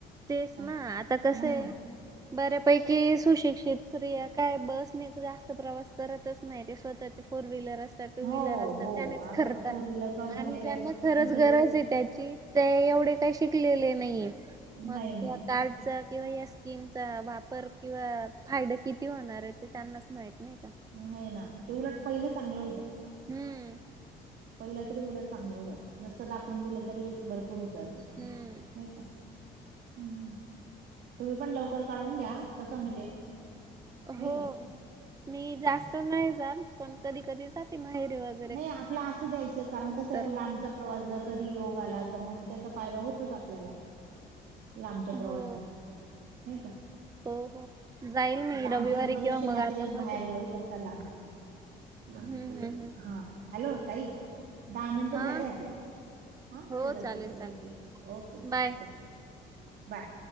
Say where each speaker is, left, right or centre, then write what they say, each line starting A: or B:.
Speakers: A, on the right; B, on the right.
A: तेच
B: काय
A: ना आता कसं
B: नाही
A: आहे
B: का
A: बऱ्यापैकी सुशिक्षित स्त्रिया काय बस नाही जास्त प्रवास करतच नाही ते स्वतःत फोर व्हीलर अस टू
B: हो
A: व्लर असतात
B: हो
A: त्यानेच
B: आता
A: करतात
B: तर फोर व्हीलर का झालेल्या
A: आणि ज्यांना खरच
B: कंपल
A: गरज आहे त्याची ते एवढे काही शिकलेले नाही मग
B: नाही नाही
A: त्या कारडच किंवा या स्कीमचा वापर किंवा फायदा किती होणार आहे ते त्यांनाच माहत नाही का
B: नाही ना ते उलट पहिलं चांगलं होतं
A: हम्म
B: पहिलं तरी उलट चांगलं होत नुस्त दाखवून दिलं तरी बर पुरताच नाही
A: हम्म
B: का ह् तुम्ही पण लवकर काढून घ्या तस म्हणजे नाही
A: हो
B: का
A: मी जास्त नाही जाल पण कधी कधी जाते माहेरी व
B: नाही आपला असू द्यायचं कारण कसं
A: मग.
B: लांबच प्रवास जर कधी योग आला तर मग त्याचा फायदा होतोच आपल्याला लांबच्या प्रवासाला
A: हो
B: नाही का
A: हो हो जाईल मी
B: आता
A: रविवारी
B: आमचे तर बरेचसे
A: किंवा मग
B: नातेवाईक
A: आता मध्ये
B: बाहेर गावीच असतात लांब
A: हम्म
B: हॅल्लो
A: हम्म हम्म
B: ताई दहा मिनट
A: हा
B: झाले आपले हा
A: हो
B: चला
A: चालेल
B: चला
A: चालेल
B: okay okay
A: bye.
B: Okay bye